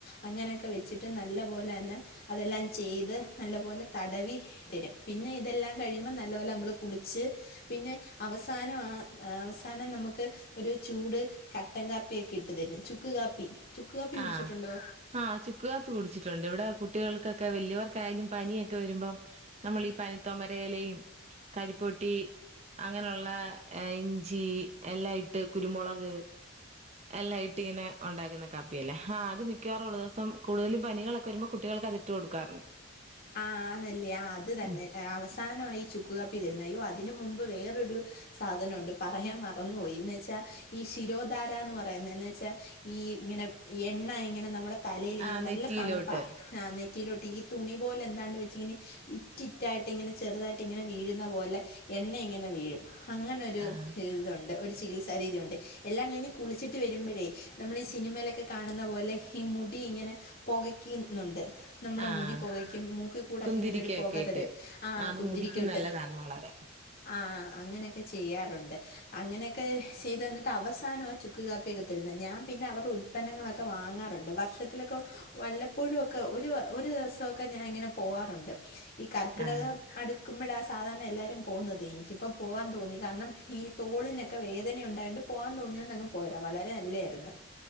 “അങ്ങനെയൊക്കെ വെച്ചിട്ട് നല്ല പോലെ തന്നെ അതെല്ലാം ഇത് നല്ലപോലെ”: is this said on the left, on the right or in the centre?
Left